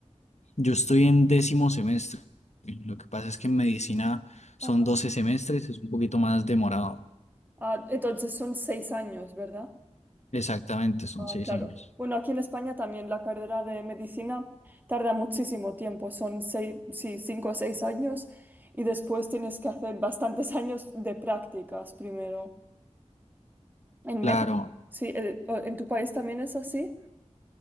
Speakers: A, on the left (about 70°); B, on the right (about 15°).
A: Yo estoy en décimo semestre. Lo que pasa es que en medicina son
B: Ajá.
A: 12 semestres, es un poquito más demorado.
B: Ah, entonces son seis años, ¿verdad?
A: Exactamente, son
B: Ah,
A: seis
B: claro.
A: años.
B: Bueno, aquí en España también la carrera de medicina tarda muchísimo tiempo, son seis, sí, cinco o seis años y después tienes que hacer bastantes <laughs> años de prácticas primero. En
A: Claro.
B: México, sí, eh, ¿en tu país también es así?